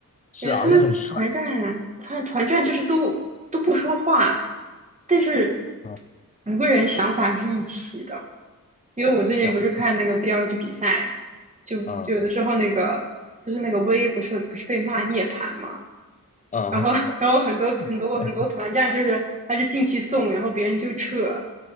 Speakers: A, on the left (about 25°); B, on the right (about 20°).
A: 是啊，
B: 感觉他们团战
A: 而且很帅。
B: 团团战就是都都不说话，但是
A: 啊，
B: 五个人想法是一起的。因为我最近不是看那个
A: 是啊，
B: BLG 比赛，就有的时候那个就是那个
A: 嗯
B: V 不是不是被骂涅槃嘛，
A: 嗯，
B: 然后然后很多很多很多团战就是他就进去送，
A: <laughs>
B: 然后别人就撤，